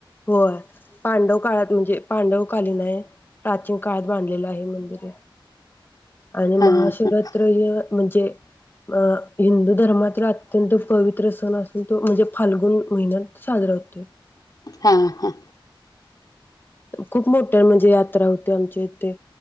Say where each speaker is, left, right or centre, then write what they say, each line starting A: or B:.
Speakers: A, on the left; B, on the left.
A: होय, पांडव काळात म्हणजे पांडवकालीन आहे प्राचीन काळात बांधलेलं आहे मंदिर आहे. आणि
B: हा
A: महाशिवरात्री
B: हा
A: म्हणजे अं हिंदू धर्मातील अत्यंत पवित्र सण असून तो म्हणजे फाल्गुन महिन्यात साजरा होतोय.
B: हा हा
A: खूप मोठ्या म्हणजे यात्रा होते. आमच्या इथे